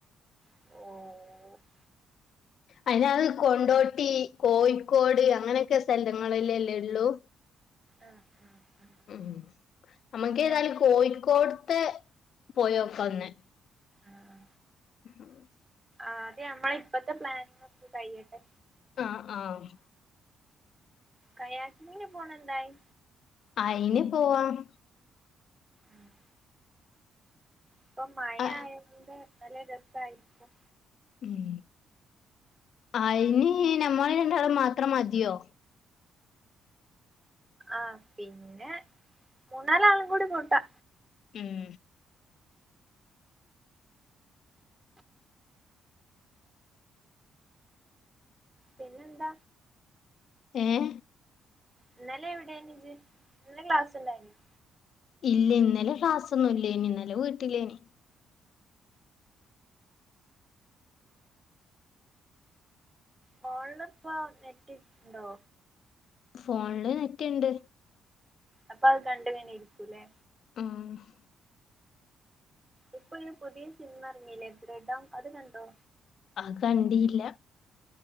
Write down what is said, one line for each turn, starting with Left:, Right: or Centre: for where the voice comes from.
Right: ഓഹ്
Left: അതിനഹ് കൊണ്ടോട്ടി, കോഴിക്കോട് അങ്ങനെക്കെ സ്ഥലങ്ങളില്ലല്ലേള്ളു
Right: ആഹ് ആഹ് ആഹ്
Left: ഉം നമ്മക്കേതായാലും
Right: ഞാൻ
Left: കോഴിക്കോട്ത്തെ പോയോക്കാ ഒന്ന്
Right: ആഹ്
Left: <inaudible>
Right: ആദ്യം അമ്മളെ ഇപ്പഴത്തെ പ്ലാനിങ്ങൊക്കെ കഴിയട്ടെ
Left: ആഹ് ആഹ്
Right: കയാറ്റിങ്ങിന് പോണെ എന്തായി
Left: അയിന് പോവാം
Right: ആഹ് ഇപ്പൊ മഴ
Left: ആ
Right: ആയേൻ്റെ നല്ല രസായിരിക്കും
Left: ഉം അയിനി ഞമ്മള് രണ്ടാളും മാത്രം മതിയോ?
Right: ആഹ്‌ പിന്നെ മൂന്നാലാളും കൂടി കൂട്ടാ
Left: ഉം
Right: പിന്നെന്താ?
Left: ഏഹ്?
Right: ഇന്നലെ എവിടെയാണിജ്ജ് ഇന്ന് ക്ലാസ്സുണ്ടായിരുന്നാ
Left: ഇല്ല്യ ഇന്നലെ ക്ലാസ്സൊന്നുല്ലേനി ഇന്നലെ വീട്ടിലേനി
Right: ഫോണിലിപ്പോ നെറ്റ്ട്ട്ണ് ണ്ടോ?
Left: ഫോണില് നെറ്റ്ണ്ട്
Right: അപ്പ അത് കണ്ട്ങ്ങനെ ഇരിക്കൂല്ലേ?
Left: ആഹ്
Right: ഇപ്പൊ ഒരു പുയത്യേ സിനിമ എറങ്ങീല്ലേ ദൃഡം അത് കണ്ടോ?
Left: അഹ്‌ കണ്ടീല്ല